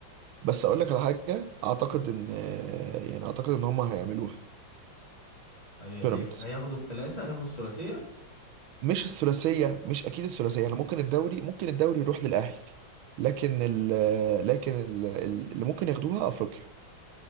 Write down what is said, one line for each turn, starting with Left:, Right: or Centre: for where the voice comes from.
Right: بس اقول لك على حاجة اعتقد ان آه، يعني اعتقد ان هم هيعملوها
Left: هي...
Right: بيراميدز
Left: هي... هياخدوا الثلاثة هياخدوا الثلاثية
Right: مش الثلاثية مش اكيد الثلاثية يعني ممكن الدوري ممكن الدوري يروح للاهلي لكن ال آه، لكن ال- ال- اللي ممكن ياخدوها افريقيا